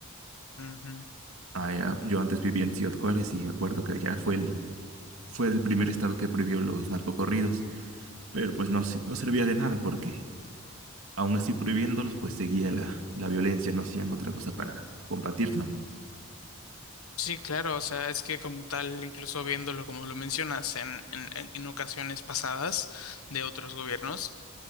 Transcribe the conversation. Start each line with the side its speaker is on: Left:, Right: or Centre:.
Left: Ujú.
Right: Ah, era- yo antes vivía en Ciudad Juárez y me acuerdo que allá fue el, fue el primer estado que prohibió los narcocorridos, pero pues no, se- no servía de nada porque aún así prohibiéndolos, pues seguía la, la violencia, no hacían otra cosa para combatirlo.
Left: Sí, claro, o sea, es que como tal, incluso viéndolo como lo mencionas en, en, en en ocasiones pasadas de otros gobiernos,